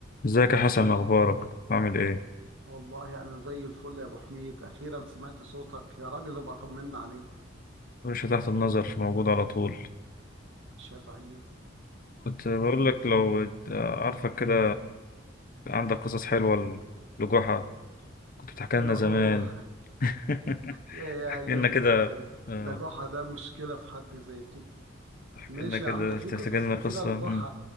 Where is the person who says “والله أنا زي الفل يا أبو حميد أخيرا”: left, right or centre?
Right